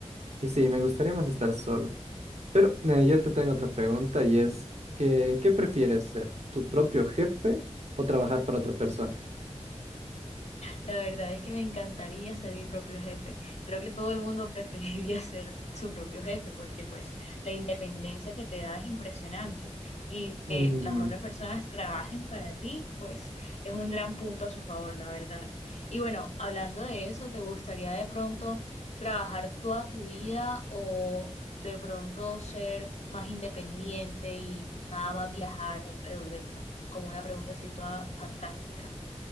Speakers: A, on the right; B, on the left.
A: Y sí, me gustaría más estar solo. Pero eh, yo te tengo otra pregunta y es que, ¿qué prefieres ser? ¿Tu propio jefe o trabajar para otra persona?
B: La verdad es que me encantaría ser mi propio jefe. Creo que todo el mundo preferiría <laughs> ser su propio jefe porque pues la independencia que te da es impresionante y
A: Mm,
B: que las otras personas trabajen para ti pues es un gran punto a su favor, la verdad. Y bueno, hablando de eso, ¿te gustaría de pronto trabajar toda tu vida o de pronto ser más independiente y nada más viajar alrededor del mundo? Como una pregunta así toda fantástica.